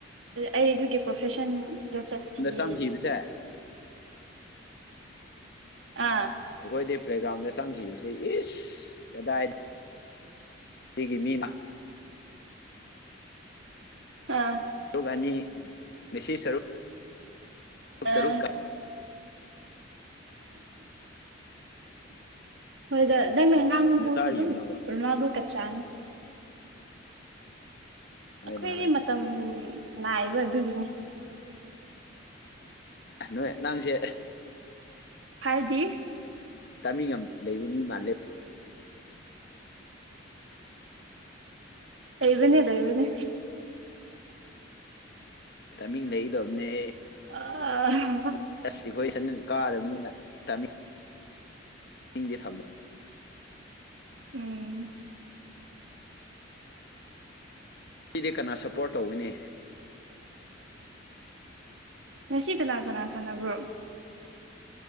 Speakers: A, on the right (about 75°); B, on the left (about 55°).
A: ꯑꯩ ꯑꯗꯨꯒꯤ ꯄ꯭ꯔꯣꯐꯦꯁꯟꯗ ꯆꯠꯇꯌꯦ
B: ꯆꯪꯈꯤꯕꯁꯦ
A: ꯑꯥ
B: ꯑꯩꯈꯣꯏꯗꯤ ꯄ꯭ꯂꯦꯒ꯭ꯔꯥꯎꯟꯗ ꯆꯪꯈꯤꯕꯁꯤ ꯏꯁ ꯀꯗꯥꯏ ꯁꯤꯒꯤ ꯃꯤꯅ
A: ꯑꯥ
B: ꯁꯔꯨꯒꯅꯤ ꯃꯦꯁꯤ ꯁꯔꯨꯛ ꯇꯨ
A: ꯑꯥ
B: ꯇꯔꯨꯛ ꯀ
A: ꯍꯣꯏꯗ ꯅꯪ ꯃꯦꯉꯥꯡ
B: ꯀꯥꯏꯅ
A: ꯃꯃꯣꯁꯨ
B: ꯆꯥꯔꯤꯕꯅꯣꯕ
A: ꯑꯗꯨꯝ ꯔꯅ ꯑꯗꯨ ꯀ ꯆꯥꯅꯤ ꯑꯩꯈꯣꯏꯗꯤ
B: ꯍꯣꯏꯅꯦ ꯍꯣꯏꯅꯦ
A: ꯃꯇꯝ ꯅꯥꯏꯕ ꯑꯗꯨꯒꯤꯅꯦ
B: ꯅꯣꯏ ꯅꯪꯁꯦ
A: ꯍꯥꯏꯗꯤ
B: ꯇꯥꯃꯤ ꯂꯩꯕ ꯃꯤ ꯃꯥꯜꯂꯦ
A: ꯑꯩꯕꯅꯦꯗ ꯏꯕꯅꯦ
B: ꯇꯃꯤ ꯂꯩꯗꯣ ꯑꯅꯦ
A: ꯑ <unintelligible> <inaudible>
B: ꯌꯦꯁ ꯑꯩꯈꯣꯏ ꯁꯟ ꯀꯥꯔꯕꯅꯤꯅ ꯇꯝꯃꯤ ꯍꯤꯡꯗꯤ ꯊꯕꯗ
A: ꯎꯝ
B: ꯑꯩꯗꯤ ꯀꯅꯥ ꯁꯞꯄꯣꯔꯠ ꯇꯧꯏꯤꯅꯦ
A: ꯉꯁꯤ ꯀꯅꯥ ꯀꯅꯥ ꯁꯥꯟꯅꯕ꯭ꯔꯣ